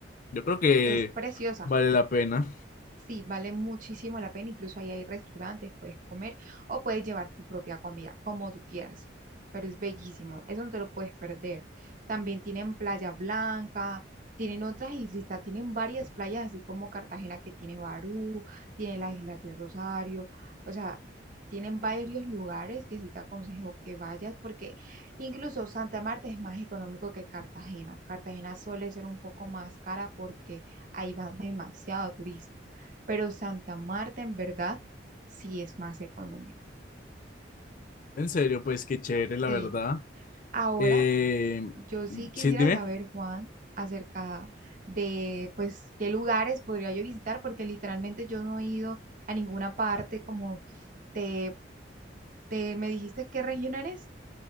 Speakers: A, on the left; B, on the right.
A: yo creo que
B: Es preciosa.
A: vale la pena.
B: Sí, vale muchísimo la pena, incluso ahí hay restaurantes, puedes comer o puedes llevar tu propia comida, como tú quieras, pero es bellísimo, eso no te lo puedes perder. También tienen Playa Blanca, tienen otras islitas, tienen varias playas, así como Cartagena que tiene Barú, tiene las Islas de Rosario, o sea, tienen varios lugares que sí te aconsejo que vayas, porque incluso Santa Marta es más económico que Cartagena. Cartagena suele ser un poco más cara porque ahí va demasiado turista pero Santa Marta en verdad sí es más económico.
A: En serio, pues qué chévere, la
B: Sí.
A: verdad.
B: Ahora,
A: Eh,
B: yo sí quisiera
A: sí, dime,
B: saber, Juan, acerca de, pues, qué lugares podría yo visitar, porque literalmente yo no he ido a ninguna parte como te, te me dijiste qué región eres